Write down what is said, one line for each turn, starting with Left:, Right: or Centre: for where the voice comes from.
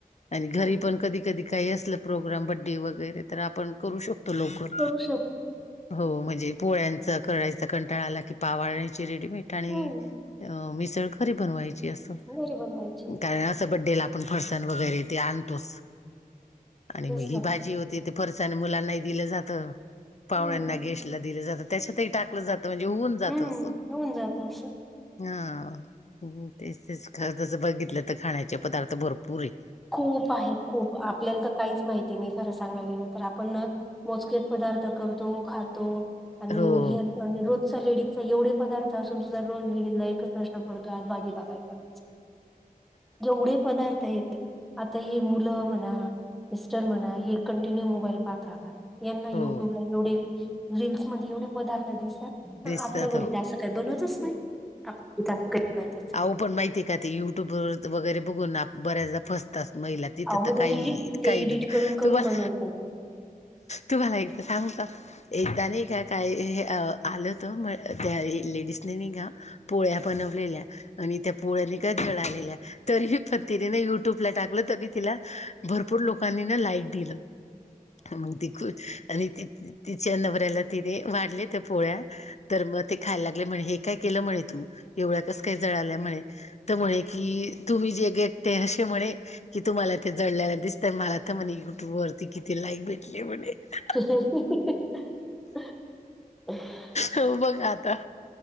Left: आणि घरी
Centre: हम्म
Left: पण कधी कधी काही अस प्रोग्राम, बडडे वगैरे तर आपण करू शकतो लवकर.
Centre: करू शकतो
Left: हो म्हणजे पोळ्यांच करायच कंटाळा आला की, पाव आणायचा रेडीमेट आणि
Centre: हम्म
Left: अ मिसळ घरी बनवायची, अस
Centre: घरी बनवायची
Left: घरात च बडेला आपण फरसाण वगैरे ते आणतोच आणि
Centre: तेच
Left: मग ही
Centre: ना
Left: भाजी होते ते फरसाण मुलांना ही दिलं जात. पाहुण्यांना,
Centre: हम्म
Left: गेस्टला दिलं जात. त्याच्यात ही टाक ल जात म्हणजे होऊन जात
Centre: हम्म
Left: अस.
Centre: होऊन जात असं
Left: अ हा तेच तेच खर तसं बघितलं तर, खाण्याचे पदार्थ भरपूर ए
Centre: खूप आहेत खूप आपल्याला तर काहीच माहिती नाही, खरं सांगाय गेलं तर आपण मोजकेच पदार्थ करतो खातो. आणि
Left: हो हो
Centre: हेच म्हंजे, रोजच लेडीजच एवढे पदार्थ असून सुद्धा, रोज लेडीज ला एकच प्रश्न पडतो. आज भाजीला काय करायचं? जेवढे पदार्थ आहेत. आता हे मुलं म्हणा, मिस्टर म्हणा, हे कंटिन्यू मोबाईल पहात राहतात. यांना युट्यूबला
Left: हो.
Centre: एवढे रीलसमध्ये एवढे पदार्थ दिसतात
Left: दिसतात
Centre: आपल्या घरी
Left: हो.
Centre: त्यां काय बनवतच नाही. तिथं काय अस!
Left: आओ पण माहितीय का ते युट्यूब व वगैरे बघून बऱ्याचदा फसतात महिला. तिथं
Centre: अहो मग
Left: तर, काही
Centre: ते एडिट ते
Left: काही
Centre: एडिट करून करून
Left: तुम्हाला
Centre: बनवतात
Left: तुम्हाला एकदा सांगता एकदा नाही का काय हे आलं त मग त्या लेडिस ने नाही का? पोळ्या बनवलेल्या आणि त्या पोळ्यानी काय जळालेल्या तरी पण तिने न युट्यूबला टाकलं तरी, तिला भरपूर लोकांनी न लाईक दिलं. मग ती खूश आणि त तिच्या नवऱ्याला तिने वाढले त्या पोळ्या तर मग ते खायला लागले म्हणे हेव काय केलं म्हणे मा? तू एवढ्या कसकाय जळालास आल्या म्हणे. तर म्हणे कि तुम्ही जे गे भेटते असे म्हणे कि तुम्हाला ते जळल्याला दिसतय मला तर म्हणे, युट्यूब वरती किती लाईक भेटली म्हणे. <unintelligible>
Centre: <unintelligible>
Left: हो बघ आता.